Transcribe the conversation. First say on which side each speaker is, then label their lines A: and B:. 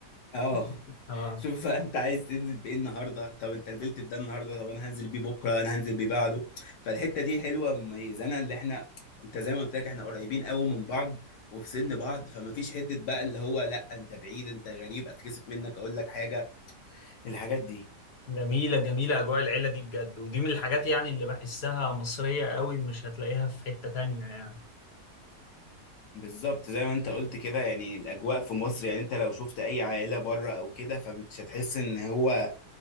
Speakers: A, on the left; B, on the left.
A: اه
B: <laughs> اه
A: شوف بقى انت عايز تنزل بايه النهارده طب انت نزلت بده النهارده طب انا هنزل بيه بكره انا هنزل بيه بعده فالحته دي حلوه مميزه انا اللي احنا انت زي ما قلت لك احنا قريبين قوي من بعض وفي سن بعض فما فيش حته بقى اللي هو لا انت بعيد انت غريب اتكسف منك اقول لك حاجه الحاجات دي
B: جميلة جميلة أجواء العيلة دي بجد ودي من الحاجات يعني اللي بحسها مصرية قوي مش هتلاقيها في حتة تانية يعني
A: بالظبط زي ما انت قلت كده يعني الاجواء في مصر يعني انت لو شفت اي عائله بره او كده فمش هتحس ان هو